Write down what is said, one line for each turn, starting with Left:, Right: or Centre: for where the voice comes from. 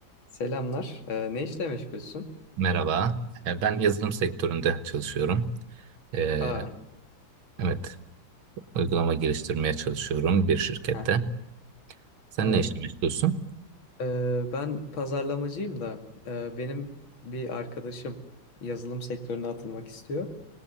Left: Selamlar. Ee, ne işle meşgulsün?
Right: Merhaba. Ee, Ben yazılım sektöründe çalışıyorum. Ee,
Left: Aa,
Right: evet, uygulama geliştirmeye çalışıyorum bir şirkette.
Left: aha,
Right: Sen
Left: evet.
Right: ne işle meşgulsün?
Left: Ee, ben pazarlamacıyım da e, benim bir arkadaşım yazılım sektörüne atılmak istiyor.